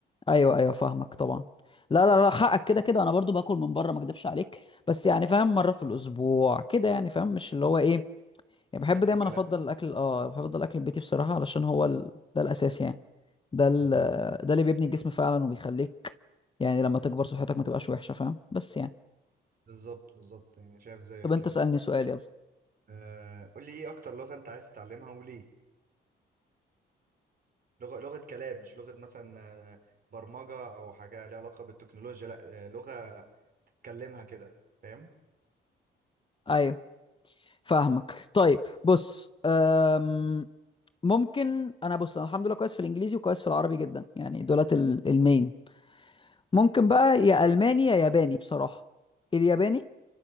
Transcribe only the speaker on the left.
ايوه ايوه فاهمك طبعا لا لا لا حقك كده كده انا برضو باكل من بره ما اكدبش عليك بس يعني فاهم مره في الاسبوع كده يعني فاهم مش اللي هو ايه يعني بحب
دايما
افضل الاكل اه بفضل الاكل البيتي بصراحه علشان هو ال... ده الاساس يعني ده ال...
ده اللي بيبني الجسم فعلا وبيخليك يعني لما تكبر صحتك ما تبقاش وحشه فاهم بس يعني
طب انت
اسالني سؤال يلا
ايوه فاهمك طيب بص أم... ممكن انا بص انا الحمد لله كويس في الانجليزي وكويس في العربي جدا يعني دولت ال- المين ممكن بقى يا الماني يا ياباني بصراحه الياباني